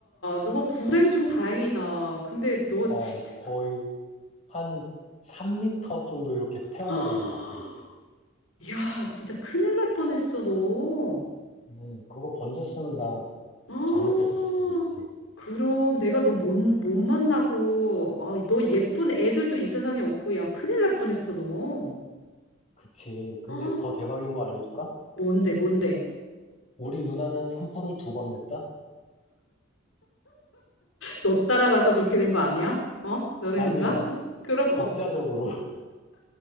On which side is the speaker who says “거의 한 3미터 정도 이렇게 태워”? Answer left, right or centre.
Left